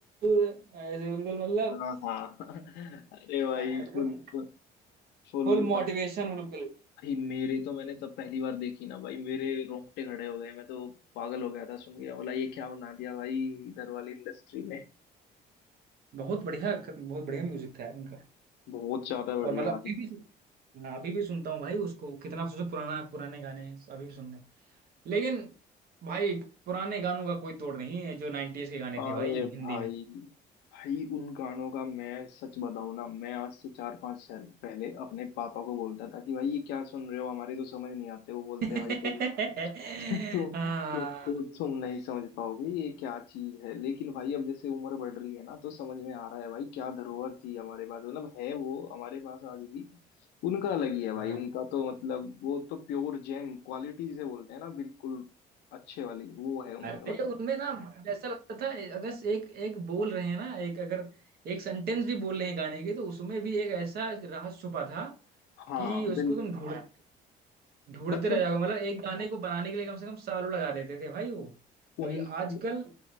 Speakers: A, on the right; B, on the left.
A: ऐसे बिल्कुल मतलब
B: हाँ हाँ <laughs> हाँ। अरे भाई
A: बिल्कुल
B: फुल फुल फुल
A: फुल मोटिवेशन बिल्कुल
B: भाई मेरे तो मैंने तब पहली बार देखी ना भाई मेरे रोंगटे खड़े हो गए मैं तो पागल हो गया था सुन के बोला ये क्या बना दिया भाई इधर वाली इंडस्ट्री ने
A: बहुत बढ़िया बहुत बढ़िया म्यूजिक था यार उनका
B: बहुत ज्यादा बढ़िया
A: और मतलब
B: भाई
A: अभी भी सुन- हाँ, अभी भी सुनता हूँ भाई उसको कितना सोचो पुराना पुराने गाने हैं, अभी भी सुनने लेकिन भाई पुराने गानों का कोई तोड़ नहीं है जो 90s के गाने
B: अरे
A: थे भाई हिंदी
B: भाई
A: में
B: भाई उन गानों का मैं सच बताऊं ना मैं आज से चार पांच साल पहले अपने पापा को बोलता था कि भाई ये क्या सुन रहे हो हमारे तो समझ नहीं आते वो बोलते
A: <laughs>
B: हैं भाई तो तो,
A: हाँ
B: तो, तो तुम नहीं समझ पाओगे ये क्या चीज है लेकिन भाई अब जैसे उम्र बढ़ रही है ना तो समझ में आ रहा है भाई क्या धरोहर थी हमारे पास मतलब है वो हमारे पास आज भी उनका अलग ही है
A: हाँ।
B: भाई उनका तो मतलब वो तो प्योर जेम क्वालिटी जिसे बोलते हैं ना बिल्कुल अच्छे वाली वो है उनमें
A: अरे
B: भाई
A: उनमें ना ऐसा लगता था अगर एक एक बोल रहे हैं ना एक अगर एक सेंटेंस भी बोल रहे हैं गाने के तो उसमें भी एक ऐसा राज छुपा था
B: हाँ
A: कि उसको
B: बिल्कुल
A: तुम ढूंढ हाँ ढूंढते
B: मतलब
A: रह जाओगे मतलब एक गाने को बनाने के लिए कम से कम सालों लगा देते थे भाई वो और
B: उनके
A: ये आजकल